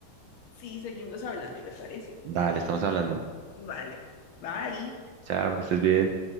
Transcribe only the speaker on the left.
sí, seguimos hablando, ¿te parece?
Vale, bye.